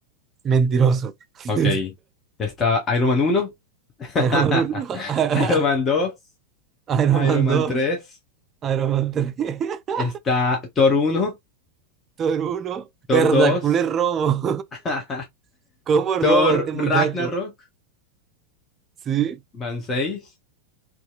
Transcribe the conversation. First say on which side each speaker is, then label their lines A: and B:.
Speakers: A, on the right; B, on the left.
A: Mentiroso. <laughs>
B: Ok, está Iron Man uno. <laughs>
A: Iron Man 1, <laughs>
B: Iron Man dos.
A: Iron
B: Iron
A: Man
B: Man
A: 2,
B: tres.
A: Iron Man 3, <laughs>
B: está Thor uno.
A: Thor 1,
B: Thor
A: Hercules
B: dos.
A: robo.
B: <laughs>
A: <laughs> ¿Cómo roba
B: Thor
A: este
B: Ragnarok,
A: muchacho? Sí,
B: van 6.